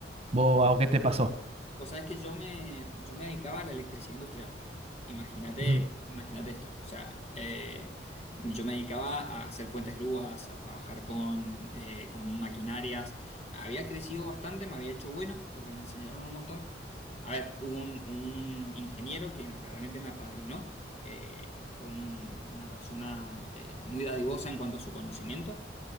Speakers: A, on the right; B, on the left.
A: ¿Vos, Bao, qué te pasó?
B: Pues sabes que yo me, yo me dedicaba a la electricidad industrial. Imagínate,
A: Ujú,
B: imagínate esto. O sea, eh, yo me dedicaba a hacer puentes grúas, a trabajar con, eh, con maquinarias. Había crecido bastante, me había hecho bueno porque me enseñaron un montón. A ver, hubo un, un ingeniero que realmente me apadrinó. Eh, fue un- una persona eh, muy dadivosa en cuanto a su conocimiento.